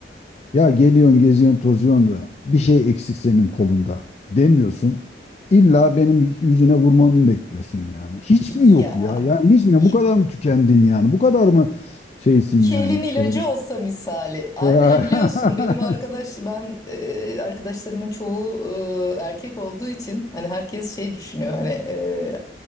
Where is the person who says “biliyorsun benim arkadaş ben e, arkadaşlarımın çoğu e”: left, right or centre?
Left